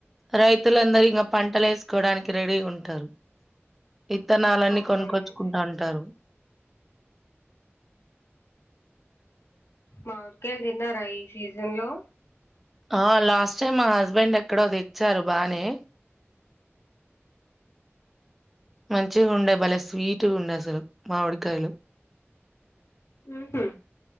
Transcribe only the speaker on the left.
అవునవును
మామిడికాయలు తిన్నారా ఈ సీజన్ లో
ఉహు